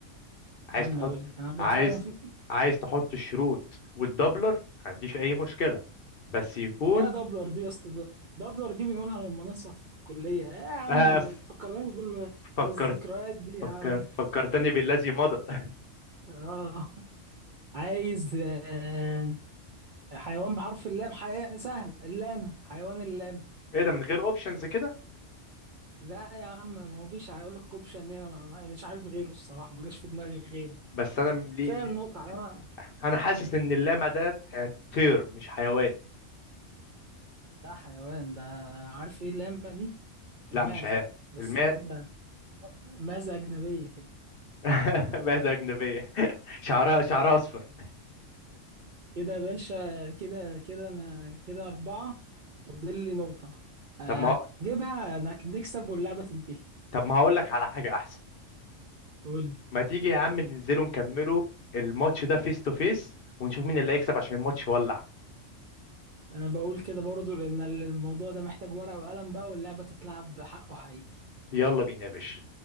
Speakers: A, on the left; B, on the right.
A: عايز
B: استنى
A: تحط
B: اقول لك انا بفكر
A: عايز عايز تحط الشروط والدبلر ما عنديش اي مشكلة بس يكون
B: يا دبلر دي يا اسطى ده- دبلر دي بنقولها لما نسقط في الكلية ايه يا عم
A: آه ف-
B: تفكرناش بال...
A: فكرت
B: بالذكريات دي يا
A: فكر
B: عم
A: فكرتني بالذي مضى <laughs>
B: اه عايز آه، حيوان بحرف اللام حي... سهل اللام حيوان اللام
A: ايه ده من غير اوبشنز كده
B: لا يا عم ما مفيش هيقول لك اوبشن هنا ما- مش عارف غيره الصراحة ما جاش في دماغي غيره
A: بس انا م- لي...
B: كفاية
A: لي-
B: النقطة انا
A: انا حاسس ان اللامع ده آه، طير مش حيوان
B: لا حيوان ده عارف ايه اللامة دي
A: لا
B: المعزة
A: مش
B: بس
A: حيوان
B: المعزة معزة أجنبية كده
A: <laughs> معزة أجنبية <laughs> شعرها شعرها أصفر
B: كده يا باشا كده كده انا كده اربعة فاضل لي نقطة هجيبها
A: طب ما
B: انا نكسب واللعبة تنتهي
A: طب ما هقول لك على حاجة أحسن
B: قول لي
A: ما تيجي يا عم ننزلوا نكملوا الماتش ده فيس تو فيس ونشوف مين اللي هيكسب عشان الماتش ولع
B: انا بقول كده برضو لان الموضوع ده محتاج ورقة وقلم بقى واللعبة تتلعب بحقه حقيقي
A: يلا بينا يا باشا